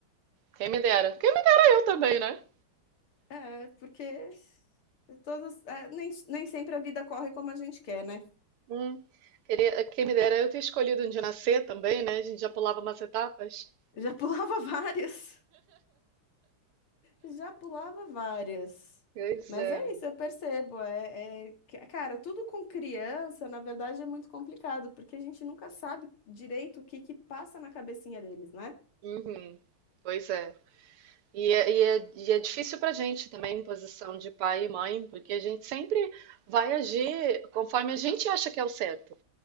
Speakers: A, on the right (about 80°); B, on the left (about 75°).
A: Quem me dera. Quem me dera eu também, né?
B: É, porque todas, é, nem, nem sempre a vida corre como a gente quer, né?
A: Hum, queria, quem me dera eu ter escolhido onde nascer também, né? A gente já pulava umas etapas.
B: Já pulava <laughs> várias. Já pulava várias.
A: Pois
B: Mas
A: é.
B: é isso, eu percebo. É, é que- cara, tudo com criança, na verdade, é muito complicado, porque a gente nunca sabe direito o que que passa na cabecinha deles, né?
A: Uhum. Pois é. E é, e é, e é difícil pra gente também, em posição de pai e mãe, porque a gente sempre vai agir conforme a gente acha que é o certo.